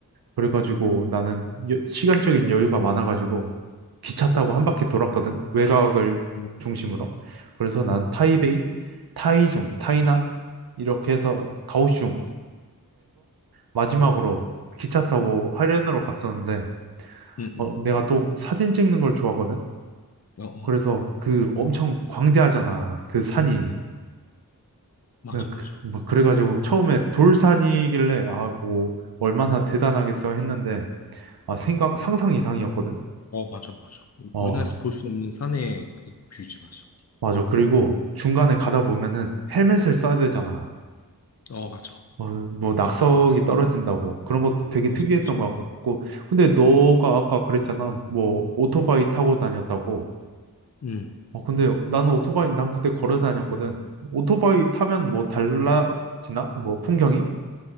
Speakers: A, on the right (about 85°); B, on the left (about 45°).
A: 그래가지고 나는 여- 시간적인 여유가 많아가지고 기차 타고 한 바퀴 돌았거든. 외곽을
B: 어,
A: 중심으로. 그래서 난 타이베이, 타이중, 타이난 이렇게 해서 가오슝에서 마지막으로 기차 타고 화련으로 갔었는데
B: 응
A: 어,
B: 응
A: 내가 또 사진 찍는 걸 좋아하거든.
B: 어, 어.
A: 그래서 그 엄청 광대하잖아. 그 산이.
B: 맞아,
A: 네, 그,
B: 맞아.
A: 막 그래가지고 처음에 돌산이길래 아 뭐 얼마나 대단하겠어 했는데 아 생각 상상 이상이었거든.
B: 어, 맞아, 맞아.
A: 어
B: 우리나라에서 볼 수 없는 산의 그 뷰지, 맞아.
A: 맞아. 그리고 중간에 가다 보면은 헬멧을 써야 되잖아.
B: 어, 맞아.
A: 어, 뭐 낙석이 떨어진다고 그런 것도 되게
B: 맞아,
A: 특이했던
B: 맞아.
A: 것 같고. 근데 너가 아까 그랬잖아. 뭐 오토바이 타고 다녔다고.
B: 음.
A: 어 근데 나는 오토바이 난 그때 걸어 다녔거든. 오토바이 타면 뭐 달라지나? 뭐 풍경이?